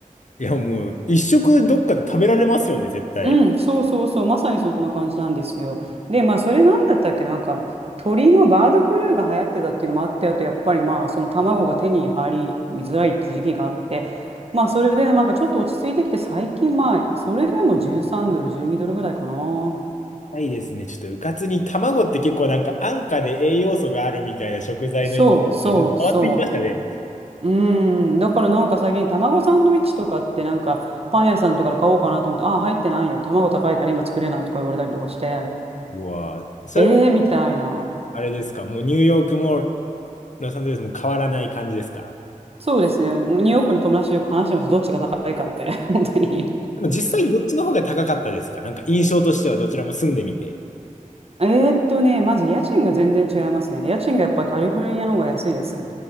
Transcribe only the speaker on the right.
うん、そうそうそう、まさにそんな感じなんですよ。で、まあ、それなんだったっけ、なんか、鳥のバードフルーが流行ってたっていうのもあって、あとやっぱりまあ、その卵が手に入りづらいって時期があって、まあ、それでなんかちょっと落ち着いてきて、最近まあ、それでも13ドル、12ドルぐらいかな。
そうそうそ
う。うーん、だからなんか最近卵サンドイッチとかってなんかパン屋さんとかで買おうかなと思って、あ入ってないよ。卵高いから今作れないとか言われたりとかして、
えー、みたいな。
そうですね。ニューヨークの友達とよく話してました。どっちが高いかって。<laughs> 本当に。
えーっとね、まず家賃が全然違いますね。家賃がやっぱりカリフォルニアの方が安いです。